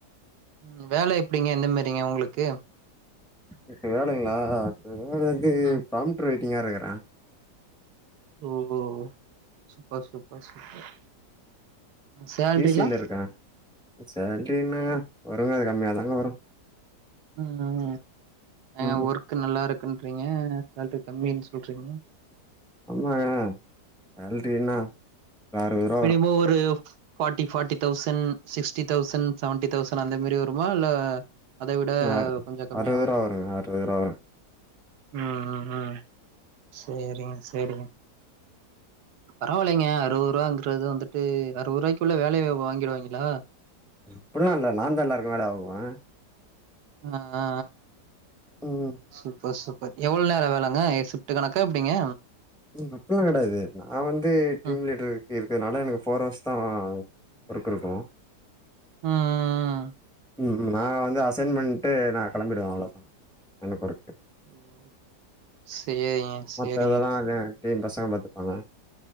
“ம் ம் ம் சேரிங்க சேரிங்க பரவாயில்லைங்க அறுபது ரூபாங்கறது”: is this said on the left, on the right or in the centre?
Right